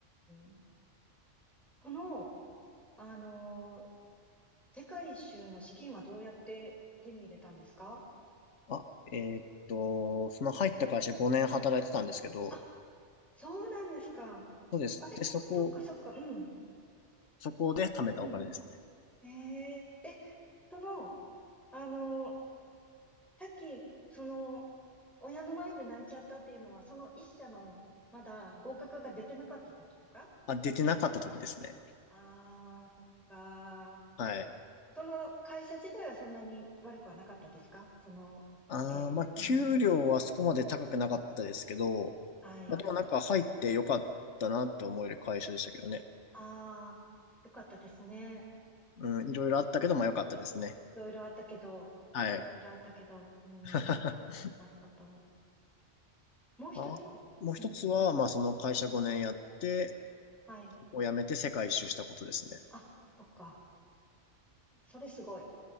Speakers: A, in the centre; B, on the left.
A: ん。その、あの世界一周の資金はどうやって手に入れたんですか
B: あ、えーっと、その入った会社5年働いてたんですけど、
A: あ、そうなんですか。
B: そうです。
A: あれそっかそっか、
B: で、そこ、
A: うん、
B: そこで貯めたお金ですね。
A: うん。えええ、その、あの、さっき、その、親の前で泣いちゃったっていうのは、その一社の、まだ合格が出てなかった時とか
B: あ、出てなかった時ですね。
A: ああー、そっか。
B: はい。
A: その会社自体はそんなに悪くはなかったですかその、
B: ああ、
A: え、
B: まあ、給料はそこまで高くなかったですけど、
A: うん、はい。
B: まあ、でもなんか入ってよかったなって思える会社でしたけどね。
A: ああ、よかったですね。
B: うん、いろいろあったけど、まあ、よかったですね。
A: いろいろあったけど、
B: はい。
A: いろいろあったけど、うん、
B: <laughs>
A: なるほど。もう一つはうん。
B: あ、もう一つは、まあ、その会社5年やって、
A: はい。
B: そこを辞めて世界一周したことですね。
A: あ、そっか。それすごい。